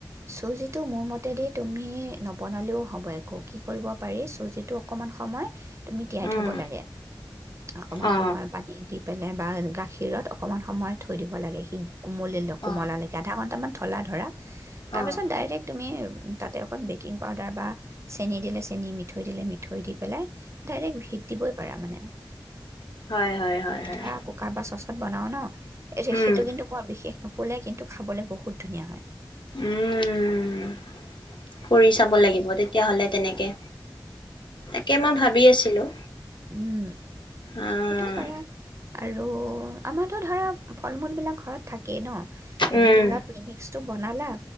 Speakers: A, on the right; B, on the left.
A: চুজিটো মোৰ মতেদি তুমি নবনালেও হ'ব একো, কি কৰিব পাৰি চুজিটো অকণমান সময় তুমি তিয়াই
B: উম
A: থ'ব লাগে অকণমান
B: অ
A: সময় পানী দি পেলাই বা গাখীৰত অকণমান সময় থৈ দিব লাগে সি কোমলিল লও
B: অ
A: কোমলা লৈকে আধা ঘণ্টামান থলা ধৰা তাৰ
B: অ
A: পিছত ডাইৰেক্ তুমি? তাতে অকণ বেকিং পাউদাৰ বা চেনি দিলে চেনি মিঠৈ দিলে মিঠৈ দি পেলাই ডাইৰেক্ট ভিত দিবই পাৰা মানে
B: হয় হয় হয় হয়
A: আমি
B: হয়
A: ধৰা কুকাত বা চচত বনাওঁ ন এই
B: উম
A: সেইটো কিন্তু বৰ বিশেষ নুফুলে কিন্তু খাবলৈ বহুত ধুনীয়া হয়
B: উম কৰি চাব লাগিব তেতিয়াাহলে তেনেকে তাকে মই ভাবি আছিলো
A: উম
B: আহ
A: সেইটোও পাৰা আৰু আমাৰতো ধৰা ফল মূলবিলাক ঘৰত থাকেই ন তুমি
B: উম
A: ধৰা প্ৰিমিকচ টো বনালা